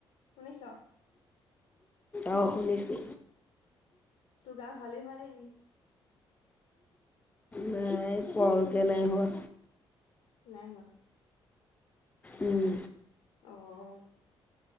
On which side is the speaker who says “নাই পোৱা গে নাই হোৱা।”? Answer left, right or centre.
Left